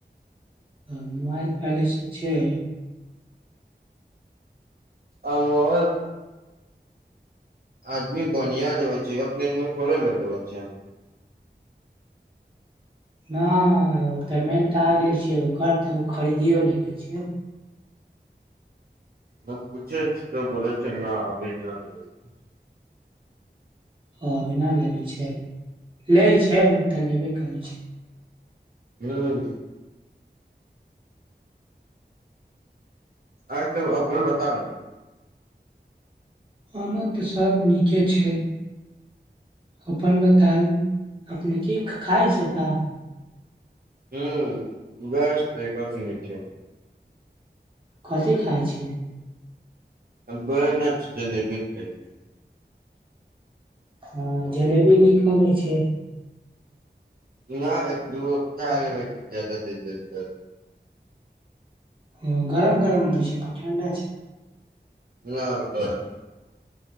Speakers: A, on the right (about 30°); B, on the right (about 55°).
A: मोबाइल पैलेस छै
B: आ <inaudible> आदमी बढ़आ लेबे छै अपने थोड़े ल लेबै छै <inaudible>
A: नहि पेमेंट आ गेल छैियै ओकर तऽ ओ खरीदियो ले ले छियै
B: ह पुछ छी तऽ बोले छै ना अभी ना लेबे छै
A: ह बिना लेलेे छै ले छै ओ तऽ लेबे कर छै
B: हँ आ चलु अपन बताउ न
A: अमन त सब नीके छै अपन बताउ अपने की खाय छै का
B: हुं ब <inaudible> स त ई कथ नहि छै
A: कथी खाइ छि
B: ब न जलैबै खाइ छै <unintelligible>
A: हँ जलेबी नीक लगै छै
B: ना एक दू गो खा
A: अ,
B: लेवै छी ज्याद देन देन प
A: ह गरम गरम होइ छै कि ठण्डा छै
B: हँ गरम